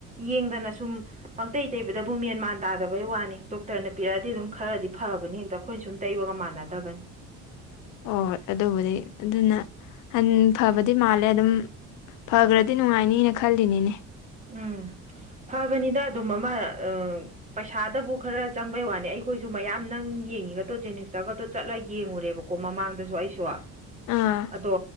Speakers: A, on the right (about 25°); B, on the left (about 75°).
A: ꯌꯦꯡꯗꯅ ꯁꯨꯝ ꯄꯪꯇꯩꯩ ꯇꯩꯕꯗꯕꯨ ꯃꯦꯟꯃꯥꯟ ꯇꯥꯗꯕꯩ ꯋꯥꯅꯤ ꯗꯣꯛꯇꯔꯅ ꯄꯤꯔꯛꯑꯗꯤ ꯑꯗꯨꯝ ꯈꯔꯗꯤ ꯐꯕꯅꯦ ꯍꯦꯛꯇ ꯑꯩꯈꯣꯏꯅ ꯁꯨꯝ ꯇꯩꯕꯒ ꯃꯥꯟꯅꯗꯕꯅꯤ
B: ꯑꯣ ꯍꯣꯏ ꯑꯗꯨꯕꯨꯗꯤ ꯑꯗꯨꯅ ꯍꯟ ꯐꯕꯗꯤ ꯃꯥꯜꯂꯦ ꯑꯗꯨꯝ ꯐꯈ꯭ꯔꯗꯤ ꯅꯨꯡꯉꯥꯏꯅꯤꯅ ꯈꯜꯂꯤꯅꯤꯅꯦ
A: ꯎꯝ ꯐꯕꯅꯤꯗ ꯑꯗꯨꯝ ꯑꯃꯔ ꯑ ꯄꯩꯁꯥꯗꯕꯨ ꯈꯔ ꯆꯪꯕꯩ ꯋꯥꯅꯤ ꯑꯩꯈꯣꯏꯁꯨ ꯃꯌꯥꯝ ꯅꯪ ꯌꯦꯡꯉꯤꯒꯗꯣ ꯖꯦꯅꯤꯁꯇꯒꯗꯣ ꯆꯠꯂꯒ ꯌꯦꯡꯉꯨꯔꯦꯕ ꯀꯣ ꯃꯃꯥꯡꯗꯁꯨ ꯑꯩꯁꯨ
B: ꯑꯥ
A: ꯑꯗꯣ